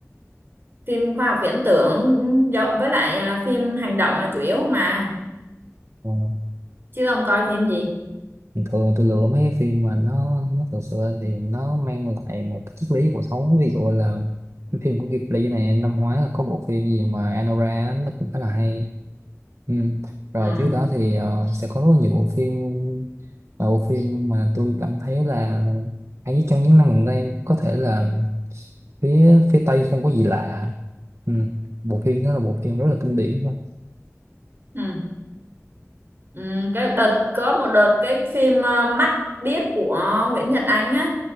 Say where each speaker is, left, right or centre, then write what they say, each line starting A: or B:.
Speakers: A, on the right; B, on the right.
A: phim khoa học viễn tưởng do- với lại à, phim hành động là chủ yếu mà
B: Ừ.
A: chứ ông coi phim gì
B: thường tôi lựa mấy cái phim mà nó nó thực sự thì nó mang lại một cái triết lý cuộc sống ví dụ là cái phim của Ghibli này năm ngoái là có bộ phim gì mà Anora á, nó cũng khá là hay ừ. rồi
A: ừ.
B: trước đó thì ờ, sẽ có rất nhiều bộ phim và bộ phim mà tôi cảm thấy là hay nhất trong những năm gần đây có thể là phía phía Tây không có gì lạ ừ. bộ phim đó là bộ phim rất là kinh điển thôi
A: Ừ. Ừ. cái đợt có một đợt cái phim à, mắt biếc của Nguyễn Nhật Ánh á